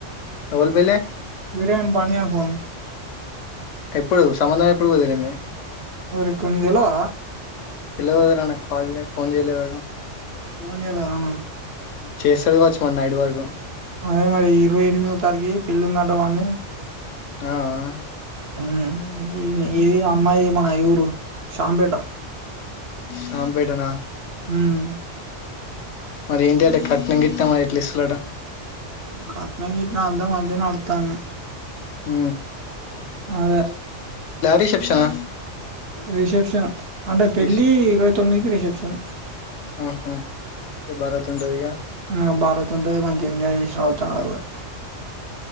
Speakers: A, on the left; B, on the right.
A: ఎవలి పెళ్ళి
B: వేరే గాని బన్నీ గాని పోను ఈ
A: ఎప్పుడు సంబంధం ఎప్పుడు కుదిరింది
B: ఓరికో నీకు తెలవదా
A: తెలువదు రా నాకు కాల్ చే ఫోన్ చేయలేదు ఆడు
B: ఫోన్ చేయలేదా అను
A: చేస్తాడు కావచ్చు మరి నైట్ వరకు
B: అదే మరి ఇరవై ఎనిమిదో తారకి పెళ్లి ఉంది ఆట వాంది
A: ఆ ఆ
B: ఉ ఈ ఇది అమ్మాయిది మన ఈ ఊరు షాంపేట
A: షాంపెటనా
B: ఉమ్
A: మరి ఏంటి అంట కట్నం గిట్ట మరి క్లిస్లట
B: కట్నం గిట్నం అంత మంచే నడుతాంది
A: ఊ
B: అదే
A: రిసెప్షనా
B: రిసెప్షన్ అంటే పెళ్ళి
A: రిష్
B: ఇరవై తొమ్మిదికి రిసెప్షన్
A: ఆహా ఇగ బరాత్ ఉంటది ఇగ
B: న్ ఆ భారత్ ఉంటది మంచిగా ఎంజాయ్ చేసి రావచ్చు ఆడ కూడా